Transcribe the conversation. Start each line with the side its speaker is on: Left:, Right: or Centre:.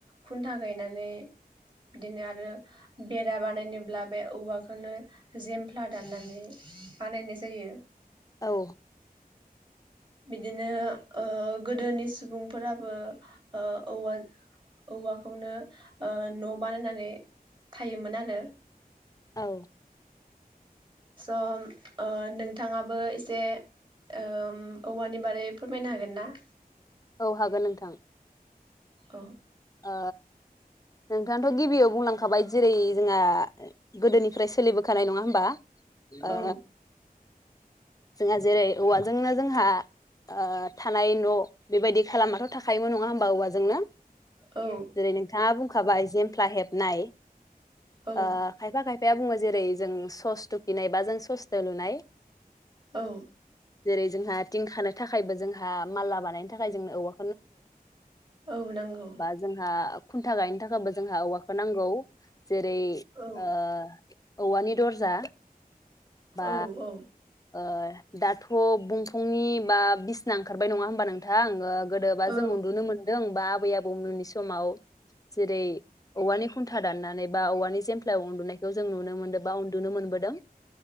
Right: खुन्था गायनानै बिदिनो आरो बेरा बानायनोब्ला बे औवाखौनो जेमफ्ला दाननानै बानायनाय जायो
Left: औ
Right: बिदिनो ओ गोदोनि सुबुंफोराबो ओ औवा औवाखौनो ओ न बानायनानै थायोमोन आरो
Left: औ
Right: स ओ नोंथाङाबो एसे ओम औवानि बागै फोरमायनो हागोन ना?
Left: औ हागोन नोंथां।
Right: औ।
Left: ओ नोंथांथ गिबियाव बुंलांखाबाय जेरै जोंहा गोदोनिफ्राय सोलिबोखानाय नङा होमबा।
Right: औ
Left: ओ। जोंहा जेरै औवाजोंनो जोंहा ओ थानाय न बेबायदि खालामनााथ थाखायोमोन नङा होमबा औवाजोंनो।
Right: औ
Left: जेरै नोंथाङा बुंखाबाय जेमफ्ला हेबनाय
Right: औ
Left: ओ खायफा खायफा। या बुङो जेरै जों सस थुकिनाय बा जों ससजों लुनाय।
Right: औ
Left: जेरै जोंहा थिंखानो थाखायबो जोंहा मालला बानायनो थाखाय जोंनो औवा
Right: औ नांगौ।
Left: बा जोंहा खुन्था गायनो थाखायबो जोंहा औवाखौ नांगौ। जेरै
Right: औ
Left: ओ औवानि दरजा। बा
Right: औ औ।
Left: ओ दाथ' बुंफुंनि बा बिसना ओंखारबाय नङा हबा नोंथां ओ गोदोबा
Right: औ
Left: जों उन्दुनो मोन दों बा आबै आबौ मुननि समाव जेरै औवानि खुन्था दाननानै बा औवानि जेमफ्लायाव उन्दुनायखौ जों नुनो मोनदो बा उन्दुनो मोनबोदों।